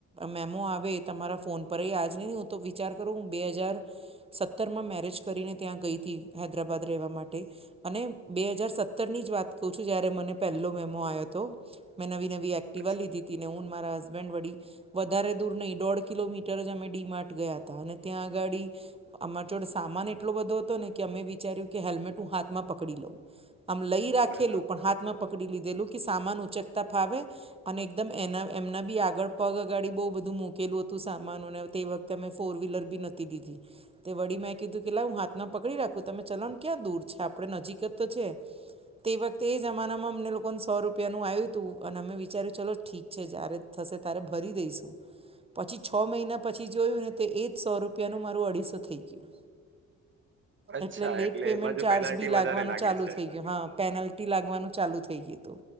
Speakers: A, on the right; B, on the right.
A: મેમો આવ વે તમારા ફોન પર એ આજ નહીં હું તો વિચાર કરું હું બે હજાર. સત્તરમાં મેરેજ કરીને ત્યાં ગઈ તી હૈદરાબાદ રહેવા માટે. અને બે હજાર સત્તર ની જ વાત કવ છું જ્યારે મને પેલો મેમો આયો તો. મેં નવી નવી એક્ટિવા
B: અચ્છા
A: લીધી ત ને હું મારા હસબેન્ડ વળી વધારે દૂર નહી. દોઢ કિલોમીટર જ અમે ડીમાર્ટ ગયા હતા અને ત્યાં આગાડી. અમાર જોડે સામાન એટલો બધો હતો ને કે અમે વિચાર્યું કે હેલ્મેટ હું હાથમાં પકડી લઉં. આમ લઈ રાખેલું
B: બરાબર
A: પણ હાથમાં પકડી લીધેલું. કે સામાન ઉચકતા ફાવે અને એકદમ એના એમના બી આગળ પગ અગાડી બવ બધું મૂક કેલું હતું સામાનોને તે વખતે અમે ફોર વ્હીલર બી નતી લીધી. તે વડી મે એ કીધું કે લાવ હું હાથમાં પકડી રાખું તમે ચલાવ ન ક્યાં દૂર છે આપડે નજીક જ તો છે. તે વખતે એ જમાનામાં અમને લોકોને સો રૂપિયાનું આયુ તું અને અમે વિચાર્યું ચલો ઠીક. છે જ્યારે થશે ત્યારે ભરી દઈશું. પછી છ મહિના પછી જોયું ને તો એ જ સો રૂપિયાનું મારું અઢીસો થઈ ગયું.
B: અચ્છા
A: એટલે લેટ પેમેન્ટ
B: એ બાજુ
A: ચાર્જ
B: પેનાલ્ટી
A: બી
B: વધારે
A: લાગવાનો
B: લાગે
A: ચાલુ
B: છે
A: થઈ ગયો હા. પેનલ્ટી લાગવાનું ચાલુ થઈ ગયું તું